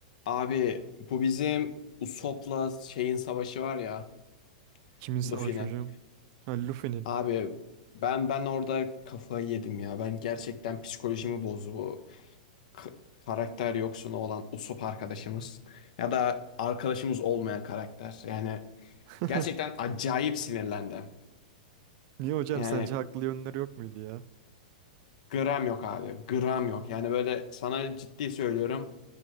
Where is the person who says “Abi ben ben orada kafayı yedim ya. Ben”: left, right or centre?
Left